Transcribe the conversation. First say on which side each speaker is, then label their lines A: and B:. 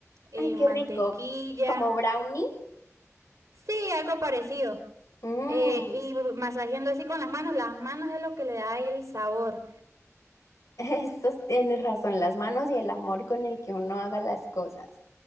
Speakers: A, on the right (about 80°); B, on the left (about 85°).
A: eh,
B: Ay, qué
A: mantequilla.
B: rico. Como brownie.
A: Sí, algo parecido.
B: Mm,
A: Eh, y masajeando así con las manos. Las manos es lo que le da el sabor.
B: <laughs> eso tienes razón, las manos y el amor con el que uno haga las cosas.